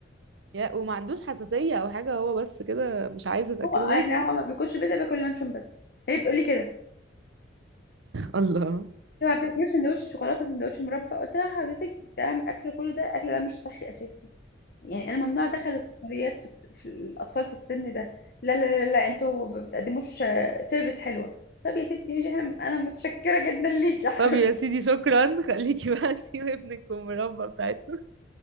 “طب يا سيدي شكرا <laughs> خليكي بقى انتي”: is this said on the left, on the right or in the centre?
Right